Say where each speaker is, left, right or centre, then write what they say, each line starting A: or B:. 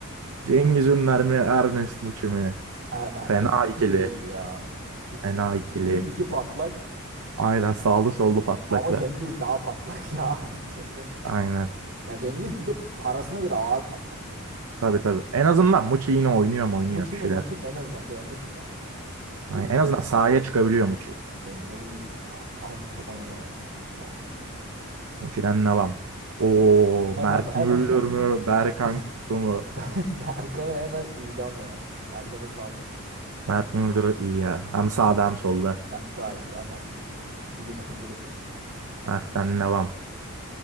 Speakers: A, on the right; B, on the right.
A: Cengiz Ünler mi? Ernest Muçi mi?
B: Er- Ernest
A: Fena
B: Muçi
A: ikili.
B: de iyi ya. İki,
A: Fena
B: iki,
A: ikili.
B: iki, iki patlak
A: Aynen sağlı sollu patlaklar.
B: ama Cengiz daha patlak <laughs> ya. Şimdi.
A: Aynen.
B: Ya Cengiz bir de parasına göre ağır patlak ya.
A: Tabii tabii. En azından Muçi yine oynuyor mu oynuyor
B: Muçi'nin
A: bir şeyler.
B: Muçi'nin en azından şey Muçi ya kanka.
A: Aynen.
B: Cengiz
A: En azından sahaya çıkabiliyor Muçi.
B: ya Ceng- Cengiz ya, azıcık top oynamayı öğrensin. Salama.
A: Muçi'den devam. O
B: Hemen
A: Mert
B: hemen.
A: Müldür mü? Berkan
B: <laughs>
A: Kutlu mu?
B: Ber- Berkan'ı hemen idam ya. Berkan'ı sal.
A: Mert Müldür iyi ya. Hem sağda hem solda.
B: Mert daha iyi ya. Mert iyi canım. Milli takımda da çok iyi. Bence.
A: Mert'ten devam.